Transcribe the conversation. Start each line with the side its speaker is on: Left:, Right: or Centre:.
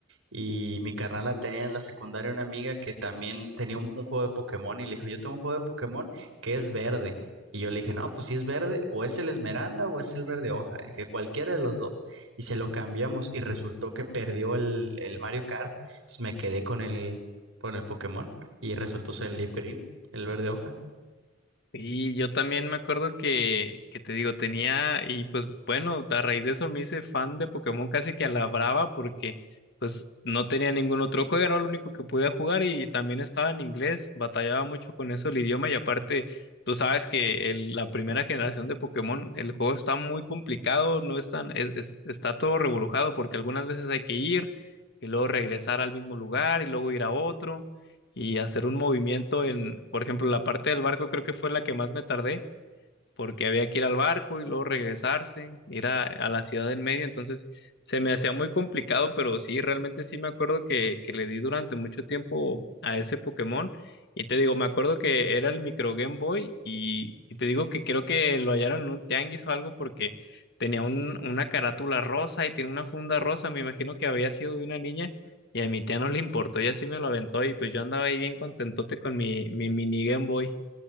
Right: Y mi carnal la tenía en la secundaria una amiga que también tenía un, un juego de Pokémon y le dijo, yo tengo un juego de Pokémon que es verde. Y yo le dije, no, pues si es verde, o es el esmeralda o es el verde hoja. Y dije, cualquiera de los dos. Y se lo cambiamos y resultó que perdió el, el Mario Kart. Entonces me quedé con el, con el Pokémon y resultó ser el Leaf Green, el verde hoja.
Left: Y yo también me acuerdo que, que te digo, tenía, y pues bueno, a raíz de eso me hice fan de Pokémon casi que a la brava porque pues no tenía ningún otro juego, era lo único que podía jugar y también estaba en inglés, batallaba mucho con eso el idioma y aparte tú sabes que el- la primera generación de Pokémon, el juego está muy complicado, no es tan, es- es- está todo reburujado porque algunas veces hay que ir y luego regresar al mismo lugar y luego ir a otro y hacer un movimiento en, por ejemplo, la parte del barco creo que fue la que más me tardé porque había que ir al barco y luego regresarse, ir a, a la ciudad en medio, entonces se me hacía muy complicado, pero sí, realmente sí me acuerdo que, que le di durante mucho tiempo a ese Pokémon. Y te digo, me acuerdo que era el micro Game Boy y, y te digo que creo que lo hallaron en un tianguis o algo porque tenía un- una carátula rosa y tiene una funda rosa, me imagino que había sido de una niña y a mi tía no le importó y así me lo aventó y pues yo andaba ahí bien contentote con mi, mi mini Game Boy.